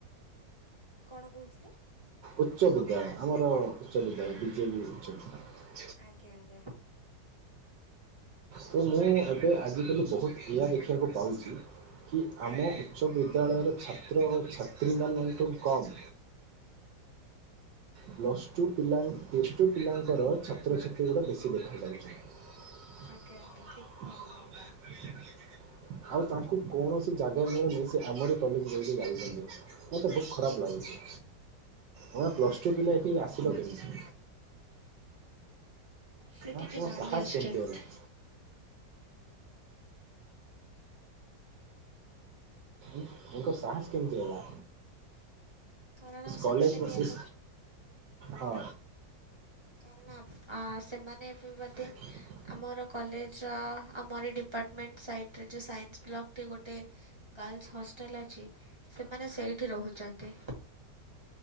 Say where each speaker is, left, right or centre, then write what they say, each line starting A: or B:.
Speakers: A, on the right; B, on the right.
A: କଣ କହୁଥିଲେ?
B: ଉଚ୍ଚ ବିଦ୍ୟାଳୟ। ଆମର ଉଚ୍ଚ ବିଦ୍ୟାଳୟ। ବିଜେବି ଉଚ୍ଚ ବିଦ୍ୟାଳୟ।
A: ଆଜ୍ଞା ଆଜ୍ଞା।
B: ତ ମୁଁ ଏବେ ଆଜିିକାଲି ବୋହୁତ୍ ଏଆ ଦେଖିବାକୁ ପାଉଛି କି ଆମ
A: ଆଜ୍ଞା।
B: ଉଚ୍ଚ ବିଦ୍ୟାଳୟର, ଛାତ୍ର ଓ ଛାତ୍ରୀମାନଙ୍କଠୁ କମ୍ ପ୍ଲସଟୁ ପିଲା ପ୍ଲସଟୁ ପିଲାଙ୍କର ଛାତ୍ରଛାତ୍ରୀ ଗୁଡା ବେ ସେ ଦେଖା ଯାଉଛନ୍ତି।
A: ଆଜ୍ଞା ଆଜ୍ଞା ଠିକ୍ ଧରିଲେ ଆପଣ।
B: ଆଉ ତାଙ୍କୁ କୌଣସି ଜାଗା ନ ନେଇ ସେ ଆମରି କଲେଜ ନେଇକି ଯାଉଛନ୍ତି ମତେ ବହୁତ ଖରାପ ଲାଗୁଛି। ହଁ ପ୍ଲସଟୁ ପିଲା ଏଠିକି ଆସିଲ କେମିତି?
A: ସେ ଟିକେ
B: ଆଁ ତମ
A: ମାଡ଼ି
B: ସାହସ
A: ଆସୁଛନ୍ତି
B: କେମିତି ହେଲା? ଉଁ ଆଙ୍କ ସାହାସ କେମିତି ହେଲା?
A: କାରଣ ସେମାନେ
B: କଲେଜ ବସେ
A: ବି ଆମ
B: ହଁ।
A: କାରଣ ଆପ-ସେମାନେ ବି ବୋଧେ
B: <inaudible>
A: ଆମର କଲେଜର ଆମରି ଡିପାର୍ଟମେଣ୍ଟ ସାଇଟରେ ଯେଉଁ ସାଇନ୍ସ ବ୍ଲକଟି ଗୋଟେ ଗାର୍ଲସ୍ ହଷ୍ଟେଲ ଅଛି, ସେମାନେ ସେଇଠି ରହୁଛନ୍ତି।